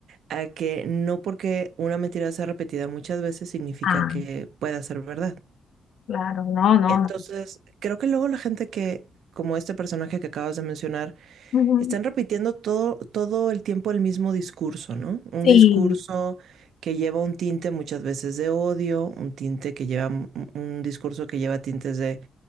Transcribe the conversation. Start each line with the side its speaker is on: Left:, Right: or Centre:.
Right: a que no porque una mentira sea repetida muchas veces significa
Left: Ah,
Right: que pueda ser verdad.
Left: Claro, no, no,
Right: Entonces,
Left: no.
Right: creo que luego la gente que, como este personaje que acabas de mencionar,
Left: Ujú.
Right: están repitiendo todo, todo el tiempo el mismo discurso, ¿no? Un
Left: sí,
Right: discurso que lleva un tinte muchas veces de odio, un tinte que lleva, un un discurso que lleva tintes de,